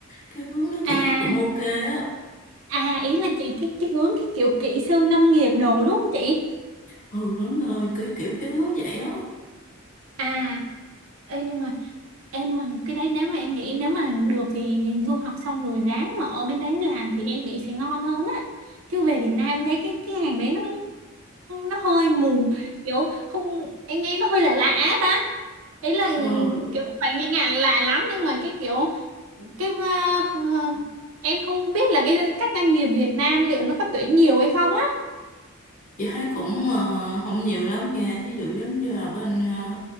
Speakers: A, on the left; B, on the right.
A: Cái hướng đó
B: à
A: chị thấy cũng ok á.
B: À ý là chị cái cái hướng cái kiểu kỹ sư nông nghiệp đồ đúng không chị?
A: Ừ đúng rồi, kiểu kiểu cái hướng vậy á.
B: À ê nhưng mà ê nhưng mà cái đấy nếu mà em nghĩ nếu mà được thì du học xong rồi ráng mà ở bên đấy làm thì em nghĩ sẽ ngon hơn á. Chứ về Việt Nam thấy cái cái ngành đấy nó nó hơi mù kiểu không em nghe nó hơi lạ lạ á ta. Ý là
A: Ừ.
B: kiểu phải nghe ngạn lạ lắm nhưng mà cái kiểu cái ờ, em không biết là cái các doanh nghiệp Việt Nam liệu nó có tuyển nhiều hay không á.
A: chị thấy cũng ờ, không nhiều lắm nha ví dụ giống như là bên ờ,